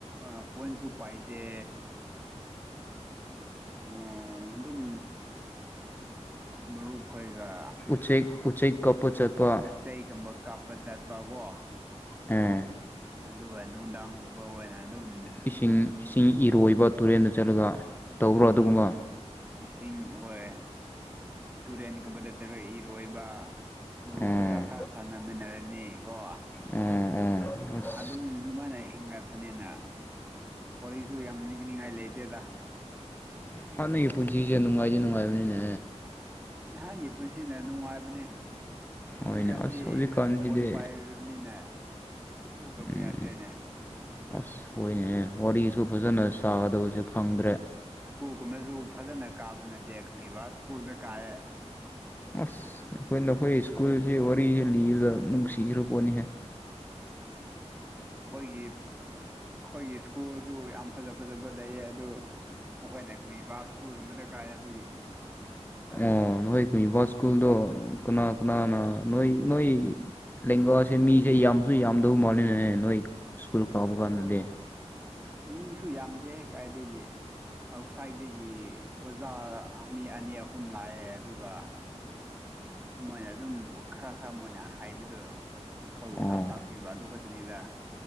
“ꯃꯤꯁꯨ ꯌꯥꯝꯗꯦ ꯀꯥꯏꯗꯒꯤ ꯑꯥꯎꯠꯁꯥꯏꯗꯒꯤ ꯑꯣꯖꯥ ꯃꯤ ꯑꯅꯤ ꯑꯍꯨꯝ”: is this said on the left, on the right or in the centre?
Right